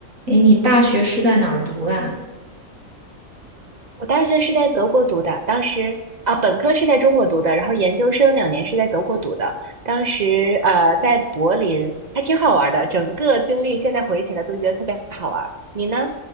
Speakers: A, on the right; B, on the right.
A: 诶，你大学是在哪儿读的啊？
B: 我大学是在德国读的，当时啊，本科是在中国读的，然后研究生两年是在德国读的。当时呃，在柏林还挺好玩的，整个经历现在回忆起来都觉得特别好玩。你呢？